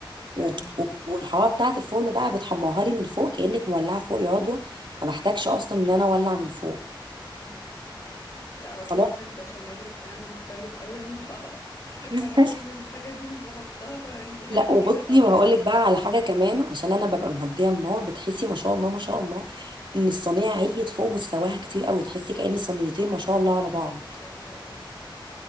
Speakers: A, on the right; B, on the left.
A: وب-
B: ايوه
A: وب- والحراره بتاعت الفرن بقى بتحمرها لي من فوق كانك مولعه فوق يا عضوه ما بحتاجش اصلا ان انا اولع من فوق
B: مم. لا هو احنا
A: خلاص
B: كده البشاميل بتاعنا مختلف قوي عن بعض <laughs>
A: <laughs>
B: انا كل الحاجات دي مش بحطها فيعني هي-
A: لا وبصي
B: اكيد طعمها
A: وهقول
B: هيفرق
A: لك بقى
B: آه.
A: على حاجه كمان عشان انا ببقى مهديه النار بتحسي ما شاء الله ما شاء الله ان الصينيه عليت فوق مستواها كتير قوي تحسي كأن صينيتين ما شاء الله على بعض
B: ان شاء الله اه